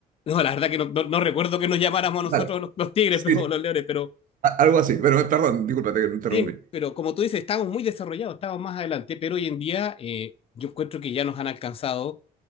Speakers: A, on the left; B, on the right.
A: no, la verdad que no, no, no, recuerdo que nos llamáramos a nosotros
B: vale.
A: los, los tigres
B: Sí,
A: <laughs> pero, o los leones, pero
B: a- algo así, pero eh, perdón, disculpa, te interrumpí.
A: Tien- pero como tú dices, estamos muy desarrollados, estamos más adelante, pero hoy en día eh, yo encuentro que ya nos han alcanzado,